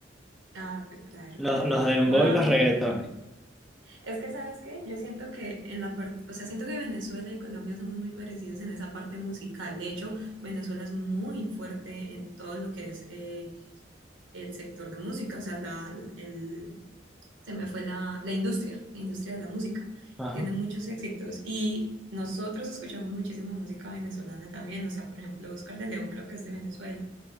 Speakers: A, on the right; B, in the centre.
A: Ah, pues claro,
B: los,
A: claro.
B: los dembow
A: Wow.
B: y los reggaetones.
A: Es que, ¿sabes qué? Yo siento que en la parte, o sea, siento que Venezuela y Colombia somos muy parecidos en esa parte musical. De hecho, Venezuela es muy fuerte en todo lo que es eh, el sector de música, o sea, la, el, se me fue la, la industria, la industria de la música.
B: Ajá,
A: Tiene muchos éxitos y nosotros escuchamos muchísima música venezolana también, o sea, por ejemplo, Oscar de León creo que es de Venezuela.